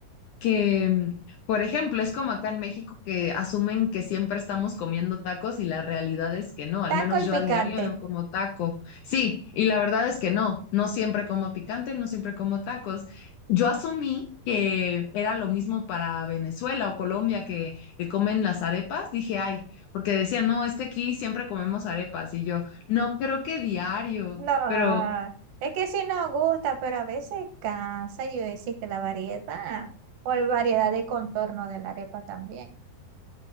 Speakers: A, on the left; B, on the right.
A: que, mm, por ejemplo, es como acá en México que asumen que siempre estamos comiendo tacos y la realidad es que no, al
B: taco
A: menos
B: y
A: yo
B: picante.
A: a diario no como taco. Sí, y la verdad es que no, no siempre como picante, no siempre como tacos. Yo asumí que era lo mismo para Venezuela o Colombia que, que comen las arepas, dije, ay, porque decían, no, es que aquí siempre comemos arepas y yo, no creo que diario,
B: No,
A: pero
B: es que sí nos gusta, pero a veces cansa y existe la variedad o la variedad de contorno de la arepa también.